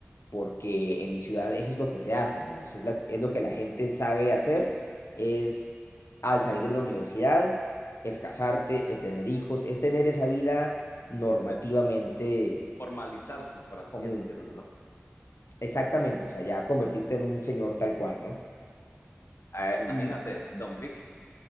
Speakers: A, on the left; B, on the left.
A: porque en mi ciudad eso es lo que se hace, ¿no? O sea, es, la- es lo que la gente sabe hacer, es al salir de la universidad, es casarte, es tener hijos, es tener esa vida normativamente
B: de formalizarse, por así
A: común.
B: decirlo.
A: Exactamente, o sea, ya convertirte en un señor tal cual, ¿no? Ah,
B: Imagínate,
A: y
B: Don Vic,